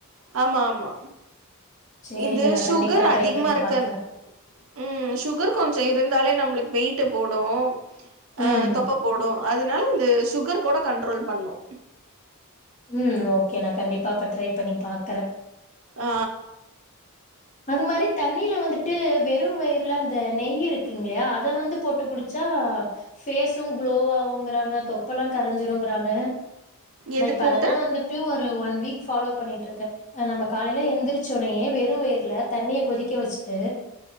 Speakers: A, on the right; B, on the left.
A: ஆமா ஆமா
B: சேரிங்க
A: இந்து
B: நா
A: சுகர்
B: கண்டிப்பா ட்ரை
A: அதிகமாருக்கன்
B: பண்ணி பாக்குறே
A: ம் சுகர் கொஞ்சொ இருந்தாலே நம்ளுக்கு வெயிட்டு போடூ அ
B: ம்
A: தொப்ப போடூ அதனால இது சுகர் கூட கண்ட்ரோல் பண்ணூ
B: ம் ஓக்கே நா கண்டிப்பா அப்ப ட்ரை பண்ணி பாக்கறே
A: ஆ
B: அது மாரி தண்ணில வந்துட்டு வெறு வயிர்ல அந்த நெய் இருக்குங்ளயா அத வந்து போட்டு குடுத் ச்சா ஃபேசு க்ளோ ஆவுங்கறாங்க தொப்பல்லா கரைஞ்சிருங்கறாங்க நா
A: எது
B: இப்ப
A: போட்டு
B: அததா வந்துட்டு ஒரு ஒன் வீக் ஃபாலோ பண்ணிட்ருக்க நம்ப காலைல எந்திரிச்சோனே வெறும் வயிர்ல தண்ணிய கொதிக்க வச்சுட்டு